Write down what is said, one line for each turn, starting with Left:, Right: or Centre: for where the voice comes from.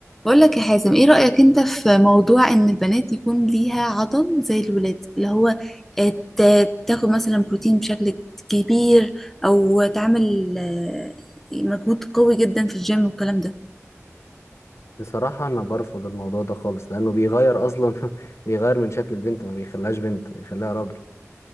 Centre: بقول لك يا حازم ايه رأيك انت في موضوع ان البنات يكون ليها عضل زي الولاد اللي هو آه، تا- تاخد مثلا بروتين بشكل كبير او تعمل آه، مجهود قوي جدا في الجيم والكلام ده
Left: بصراحة أنا برفض الموضوع ده خالص لأنه بيغير أصلا <laughs> بيغير من شكل البنت ما بيخليهاش بنت بيخليها راجل